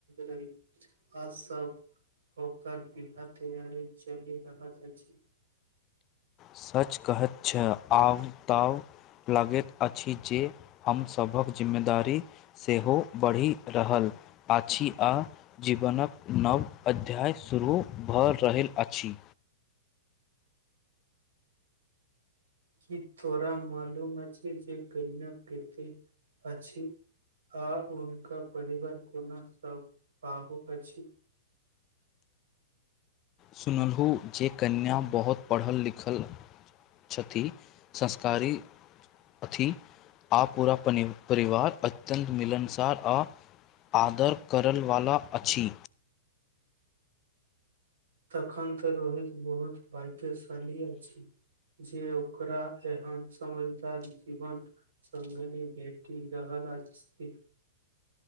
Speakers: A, on the right; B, on the left.
A: रही आ सब ओकर विवा तैयारी चलि रहल अछि।
B: सच कहैत छै, आब तउ लगैत अछि जे हमसभक जिम्मेदारी सेहो बढ़ि रहल अछि आ जीवनक नव अध्याय शुरू भऽ रहल अछि।
A: कि तोरा मालूम अछि जे कहिना कते अछि आ हुनका परिवार कोनो स भाब अछि।
B: सुनलहु जे कन्या बहुत पढ़ल-लिखल छथि संस्कारी अथी। आ पूरा पनी। परिवार अत्यन्त मिलनसार आ आदर करलवला अछि।
A: तखन तऽ रोहित बहुत। भाग्यशाली अछि। जे ओकरा एहन समझदार जीवनसंगिनी भेटि रहल अछि।